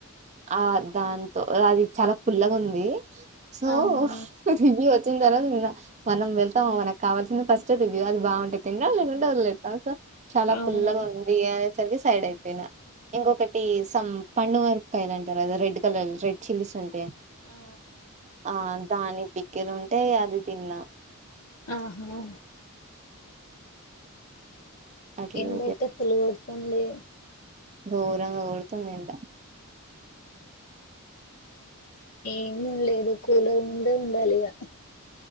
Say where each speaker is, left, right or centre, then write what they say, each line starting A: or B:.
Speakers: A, on the right; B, on the left.
A: ఆ దాంతో అది చాలా పుల్లగా ఉంది సో
B: ఆహా
A: త వచ్చ వచ్చిన తర్వాత మనం వెళ్తాం మనకు కావాల్సింది ఫస్ట్ అది అది బాగుంటేయి తిం లేకుంటే వదిలేతాం సో చాలా
B: అవును
A: పుల్లగా ఉంది అనే రికి సైడ్ అయిపోయిన ఇంకొకటి స పంన్నడు వరకు కయలు అంటారు అద రెడ్ కలర్ రెడ్ చిల్లీస్ ఉంటాయి
B: ఆ
A: ఆ దాని పికిెలు ఉంటేయి అది తిన్నా
B: ఆహా
A: అట్లా
B: ఎంతైతే పులిగ కొడుతుంది
A: ఘోరంంగోరుతన్నంట
B: ఏమి ఉండలేదు కూలర్ ముందే ఉండాలిగా